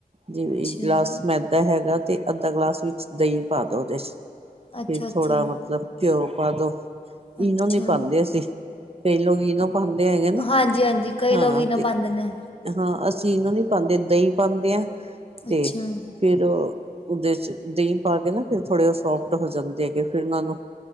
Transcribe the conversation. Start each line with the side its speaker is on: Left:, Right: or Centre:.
Right: ਜਿਵੇਂ
Left: ਅੱਛਾ
Right: ਗਲਾਸ ਮੈਦਾ ਹੈਗਾ ਤੇ ਅੱਧਾ ਗਲਾਸ ਵਿੱਚ ਦਹੀਂ ਪਾ ਦਉ ਉਹਦੇ 'ਚ
Left: ਅੱਛਾ
Right: ਫਿਰ
Left: ਅੱਛਾ
Right: ਥੋੜ੍ਹਾ ਮਤਲਬ ਘਿਓ ਪਾ ਦੋ
Left: ਅੱਛਾ
Right: ਇਨੋ ਨੀ ਪਾਉਂਦੇ ਅਸੀਂ ਕਈ ਲੋਕ ਇਨੋ ਪਾਉਣ ਦੇ ਹੈ
Left: ਹਾਂਜੀ ਹਾਂਜੀ ਕਈ
Right: ਹਾਂ
Left: ਲੋਕ ਇਨਾ
Right: ਤੇ
Left: ਪਾਉਂਦੇ ਨੇ
Right: ਹਾਂ ਅਸੀਂ ਇਹਨਾਂ ਨਹੀਂ ਪਾਉਂਦੇ ਦਹੀਂ ਪਾਉਂਦੇ ਹਾਂ ਤੇ
Left: ਅੱਛਾ
Right: ਫਿਰ ਫਿਰ ਉਹ ਉਹਦੇ 'ਚ ਦਹੀਂ ਪਾ ਕੇ ਨਾ ਫਿਰ ਥੋੜੇ ਉਹ ਸੋਫਟ ਹੋ ਜਾਂਦੇ ਹੈਗੇ ਫਿਰ ਉਹਨਾਂ ਨੂੰ